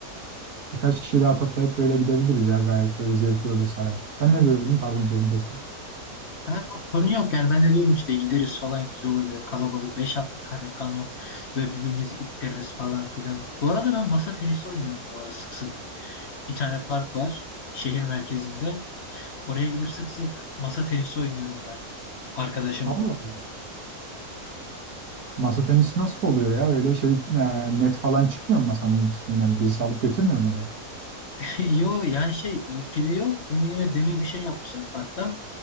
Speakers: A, on the right (about 75°); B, on the left (about 50°).
A: birkaç kişi daha toplayıp böyle gidebiliriz ya. Gayet böyle zevkli olur sarar. Sen ne diyordun? Pardon sözünü kestim.
B: Ha, sorun yok yani. Ben de diyordum işte gideriz falan güzel olur böyle kalabalık Beş altı tane kano böyle birbirimizi ittiririz falan filan. Bu arada ben masa tenisi oynuyorum bu ara sık sık. Bir tane park var şehir merkezinde. Oraya gidip sık sık masa tenisi oynuyorum ben arkadaşımla.
A: Allah Allah. Masa tenisi nasıl oluyor ya? Öyle şey e, net falan çıkmıyor mu masanın üstünden? Birisi alıp götürmüyor mu eve?
B: <laughs> Yo yani şey e, file yok. Onun yerine demir bir şey yapmışlar parkta.